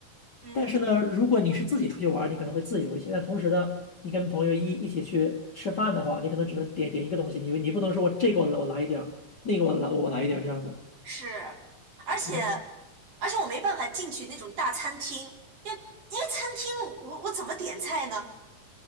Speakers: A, on the right; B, on the left.
A: 嗯哼，
B: 但是呢，如果你是自己出去玩你可能会自由一些。但同时呢，你跟朋友一一起去吃饭的话，你可能只能点点一个东西，你你不能说我这个我来我来一点儿，那个我来我来一点儿这样的，
A: 是，而且
B: 可能
A: 而且我没办法进去那种大餐厅，因为因为餐厅我我怎么点菜呢？